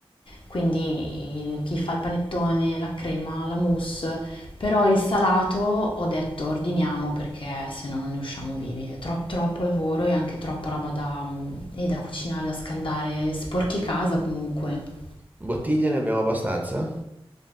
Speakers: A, on the left; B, on the right.
A: Quindi il- chi fa il panettone, la crema, la mousse, però il salato ho detto ordiniamo perché se no non ne usciamo vivi. È tro- troppo lavoro e anche troppa roba da, e da cucinare, da scaldare, sporchi casa comunque.
B: Bottiglie ne abbiamo abbastanza?